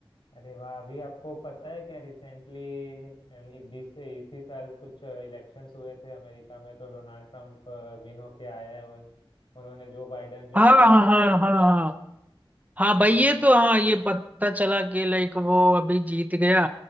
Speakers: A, on the left; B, on the right.
A: अरे वाह अभी आपको पता है क्या रिसेंटली बीस से इसी साल कुछ इलेक्शंस हुए थे अमेरिका में तो डोनाल्ड ट्रंप विन होके आया है वो- उन्होंने जो बाइडन जो
B: हाँ
A: लास्ट
B: हाँ
A: टाइम
B: हाँ हाँ हाँ हाँ
A: हाँ
B: भाई ये तो हाँ ये पता चला कि लाइक वो अभी जीत गया